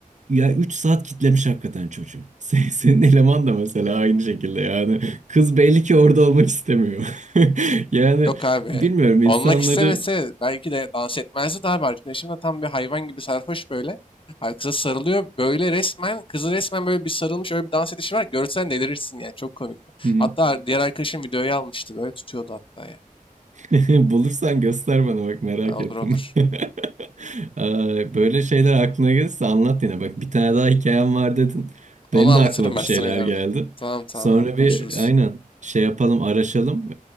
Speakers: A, on the right; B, on the left.
A: ya 3 saat kitlemiş hakikaten çocuğu. <laughs> Sen- Senin eleman da mesela aynı şekilde yani. Kız belli ki orada olmak istemiyor. <laughs> Yani
B: Yok abi.
A: bilmiyorum insanları...
B: Olmak istemese belki de dans etmezdi de abi. Arkadaşım da tam bir hayvan gibi sarhoş böyle. Abi kıza sarılıyor. Böyle resmen, kızı resmen böyle bir sarılmış öyle bir dans edişi var. Görsen delirirsin yani. Çok komikti.
A: Hı hı.
B: Hatta diğer arkadaşım videoyu almıştı. Böyle tutuyordu hatta ya.
A: <laughs> Bulursan göster bana bak merak
B: Ha, olur
A: ettim.
B: olur.
A: <laughs> Ee, Böyle şeyler aklına gelirse anlat yine. Bak bir tane daha hikayem var dedin.
B: Onu
A: Benim
B: anlatırım
A: de aklıma bir
B: ben
A: şeyler
B: sana ileride.
A: geldi.
B: Tamam tamam
A: Sonra
B: abi konuşuruz.
A: bir aynen şey yapalım araşalım.